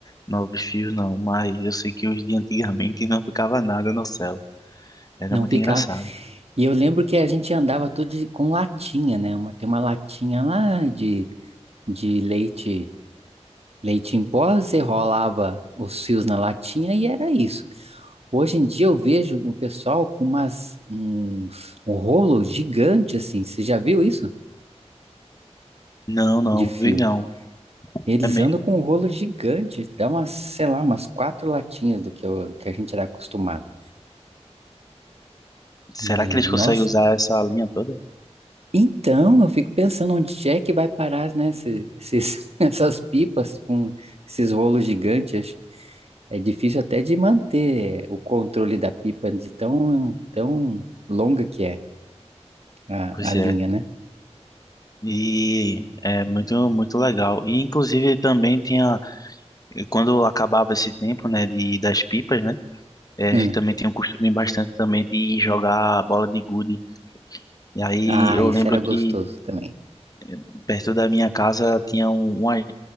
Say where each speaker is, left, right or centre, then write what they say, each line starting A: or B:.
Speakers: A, on the left; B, on the right.
A: Novos fios não, mas eu sei que os de antigamente <laughs> não ficava nada no céu. Era
B: Não
A: muito
B: ficava.
A: engraçado.
B: E eu lembro que a gente andava tudo de- com latinha, né? Uma, tem uma latinha lá de, de leite, leite em pó, você rolava os fios na latinha e era isso. Hoje em dia eu vejo um pessoal com umas, uns, um rolo gigante assim. Você já viu isso?
A: Não, não,
B: De fio.
A: vi não.
B: Eles
A: É mesmo.
B: andam com um rolo gigante, dá umas, sei lá, umas quatro latinhas do que, eu- que a gente era acostumado. E,
A: Será que eles conseguem
B: nossa,
A: usar essa linha toda?
B: então eu fico pensando onde é que vai parar, né, esse- esses, <laughs> essas pipas com esses rolos gigantes. Acho- É difícil até de manter o controle da pipa de tão, tão longa que é a,
A: Pois
B: a linha,
A: é.
B: né?
A: E é muito, muito legal. E inclusive também tinha, quando acabava esse tempo, né, de, das pipas, né? eh,
B: Hum.
A: a gente também tinha um costume bastante também de jogar bola de gude. E aí
B: Ah,
A: eu
B: isso
A: lembro
B: era gostoso
A: que
B: também.
A: eh, perto da minha casa tinha um- umas